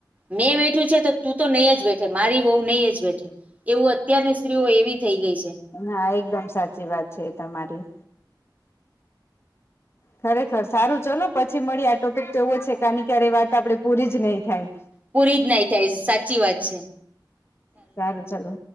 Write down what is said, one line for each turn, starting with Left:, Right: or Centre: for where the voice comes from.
Right: મેં બેઠ્યું છે તો તું તો નહી જ બેઠે મારી બહ નહીં જ બેઠે એવું અત્યારની સ્ત્રીઓ એવી થઈ ગઈ છે
Left: હા એકદમ સાચી વાત છે તમારી ખરેખર સારું ચલો પછી મળી આ ટોપિક તો એવો છે કે આની ક્યારે એ વાત આપડે પૂરી જ નહી થાય
Right: પૂરી જ નાહી થાય સાચી વાત છે
Left: સારું ચાલો